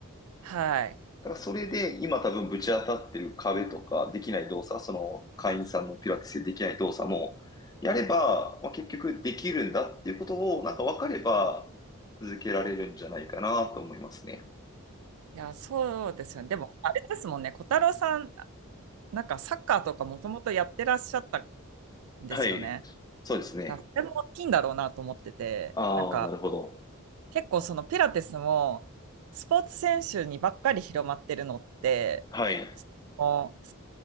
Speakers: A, on the right; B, on the left.
A: はい。
B: だからそれで今多分ぶち当たってる壁とかできない動作、その会員さんのピラティスでできない動作もやれば、まあ、結局できるんだっていうことをなんか分かれば続けられるんじゃないかなと思いますね。
A: いや、そうですよね。でも、あれですもんね。小太郎さん、なんかサッカーとかもともとやってらっしゃったんですよね。
B: はい。そうですね。
A: いやそれも大きいんだろうなと思ってて、
B: ああ、
A: なんか、
B: なるほど。
A: 結構そのピラティスも、スポーツ選手にばっかり広まってるのって、
B: はい。
A: もう